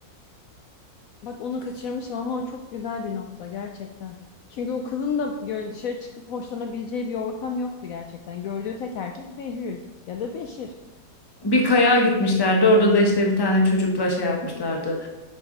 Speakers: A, on the left (about 80°); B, on the left (about 20°).
A: Bak onu kaçırmışım ama o çok güzel bir nokta gerçekten. Çünkü o kızın da böyle dışarı çıkıp hoşlanabileceği bir ortam yoktu gerçekten. Gördüğü tek erkek Behlül ya da Beşir.
B: Bir kayağa gitmişlerdi. Orada da işte bir tane çocukla şey yapmışlardı.